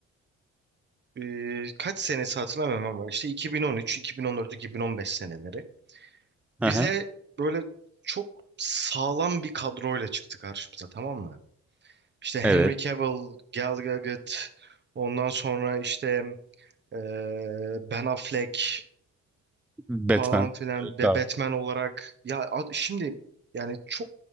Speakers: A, on the right; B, in the centre.
A: ee, kaç senesi hatırlamıyorum ama işte 2013, 2014, 2015 seneleri.
B: Hı
A: Bize böyle çok sağlam bir kadroyla çıktı karşımıza tamam mı? İşte Henry
B: Evet.
A: Cavill, Gal Gadot, ondan sonra işte ee, Ben Affleck.
B: Batman.
A: falan filan
B: Evet
A: ve
B: abi.
A: Batman olarak ya ad- şimdi yani çok